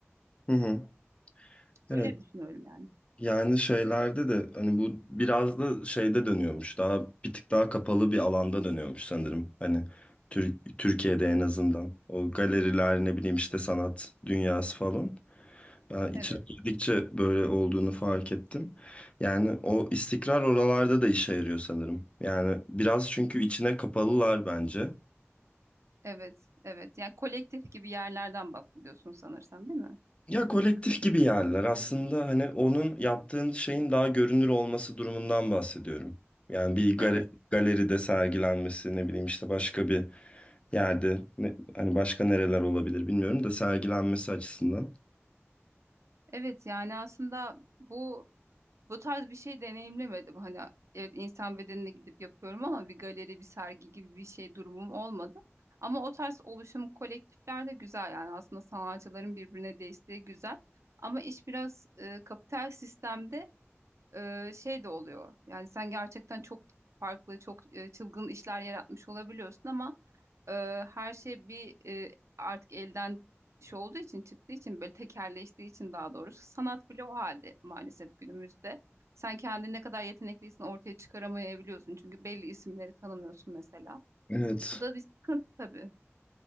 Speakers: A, on the left (about 25°); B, on the right (about 80°).
A: Hı hı. Evet.
B: Böyle düşünüyorum yani.
A: Yani şeylerde de hani bu biraz da şeyde dönüyormuş. Daha bir tık daha kapalı bir alanda dönüyormuş sanırım. Hani Tür- Türkiye'de en azından. O galeriler ne bileyim işte sanat dünyası falan. Ben içine
B: Evet.
A: girdikçe böyle olduğunu fark ettim. Yani o istikrar oralarda da işe yarıyor sanırım. Yani biraz çünkü içine kapalılar bence.
B: Evet, evet. Yani kolektif gibi yerlerden bahsediyorsun sanırsam, değil mi?
A: Ya kolektif gibi yerler. Aslında hani onun yaptığın şeyin daha görünür olması durumundan bahsediyorum. Yani bir gale-
B: Evet.
A: galeride sergilenmesi ne bileyim işte başka bir yerde ne- hani başka nereler olabilir bilmiyorum da sergilenmesi açısından.
B: Evet yani aslında bu bu tarz bir şey deneyimlemedim. Hani evet insan bedenine gidip yapıyorum ama bir galeri, bir sergi gibi bir şey durumum olmadı. Ama o tarz oluşum kolektifler de güzel yani aslında sanatçıların birbirine desteği güzel. Ama iş biraz e, kapital sistemde e, şey de oluyor. Yani sen gerçekten çok farklı, çok e, çılgın işler yaratmış olabiliyorsun ama e, her şey bir e, artık elden şey olduğu için çıktığı için böyle tekerleştiği için daha doğrusu sanat bile o halde maalesef günümüzde. Sen kendini ne kadar yetenekliysen ortaya çıkaramayabiliyorsun çünkü belli isimleri tanımıyorsun mesela.
A: Evet.
B: Bu da bir sıkıntı tabii.